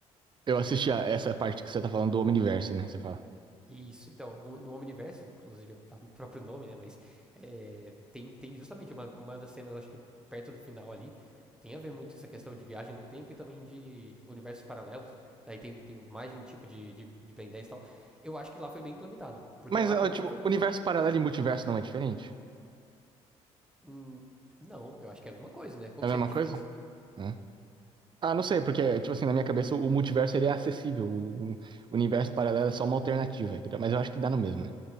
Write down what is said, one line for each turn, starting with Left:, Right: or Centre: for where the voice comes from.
Right: Eu assisti a essa parte que você tá falando do Omniverse, né? Você fala.
Centre: Isso, então, no, no Omniverse, inclusive tá no próprio nome, né? Mas é, tem, tem justamente uma, uma das cenas, acho que perto do final ali, tem a ver muito essa questão de viagem no tempo e também de universos paralelos. Daí tem, tem mais de um tipo de, de, de Ben 10 e tal. Eu acho que lá foi bem implementado. Porque
Right: Mas,
Centre: lá,
Right: ah,
Centre: primeiro
Right: tipo,
Centre: que foi um
Right: universo
Centre: dos.
Right: paralelo e multiverso não é diferente?
Centre: Hum, não, eu acho que é a mesma coisa, né? Qual
Right: É
Centre: que
Right: a mesma
Centre: seria a diferença?
Right: coisa? Hã? Ah, não sei, porque, tipo assim, na minha cabeça o multiverso ele é acessível. O o universo paralelo é só uma alternativa. entendeu? Mas eu acho que dá no mesmo, né?